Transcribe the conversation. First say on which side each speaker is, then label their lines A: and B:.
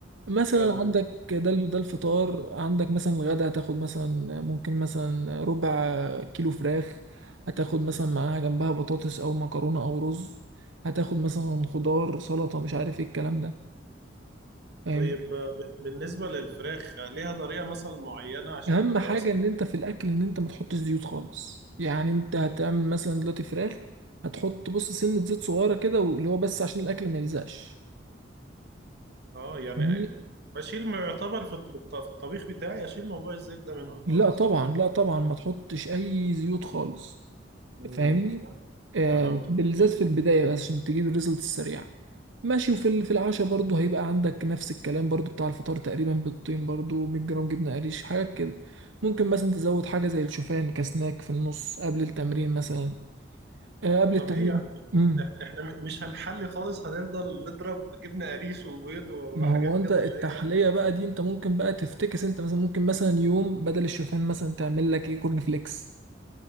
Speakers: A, on the right (about 85°); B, on the right (about 60°).
A: مثلا
B: حلو
A: عندك ده ال- ده الفطار عندك مثلا الغدا هتاخد مثلا ممكن مثلا ربع كيلو فراخ هتاخد مثلا معاها جنبها بطاطس او مكرونة او رز هتاخد مثلا خضار سلطة مش عارف ايه الكلام ده فاهمني؟
B: طيب ب- بالنسبة للفراخ ليها طريقة مثلا معينة عشان
A: اهم
B: تبقى
A: حاجه
B: مثلا
A: ان انت في الاكل ان انت ما تحطش زيوت خالص يعني انت هتعمل مثلا دلوقتي فراخ هتحط بص سنه زيت صغيره كده واللي هو بس عشان الاكل ما يلزقش
B: اه يعني
A: فاهمني
B: بشيل ما يعتبر في الط- بالط- في الطبيخ بتاعي اشيل موضوع الزيت ده منها
A: لا
B: خالص
A: طبعا لا طبعا ما تحطش اي زيوت خالص
B: امم
A: فاهمني
B: فهمت
A: آه
B: فهمتك
A: بالذات
B: ايوه
A: في البدايه بس عشان تجيب الريزلت السريع ماشي وفي ال- في العشاء برضه هيبقى عندك نفس الكلام برضه بتاع الفطار تقريبا بالطين برضه 100 جرام جبنه قريش حاجات كده ممكن مثلا تزود حاجه زي الشوفان كسناك في النص قبل التمرين مثلا آه، قبل
B: طب
A: التمرين
B: ايه يا عم
A: امم
B: إح- احنا م- مش هنحلي خالص هنفضل نضرب جبنه قريش وبيض وحاجات
A: ما هو انت
B: كده
A: التحليه
B: اللي هي
A: بقى دي انت ممكن بقى تفتكس انت مثلا ممكن مثلا يوم بدل الشوفان مثلا تعمل لك ايه كورن فليكس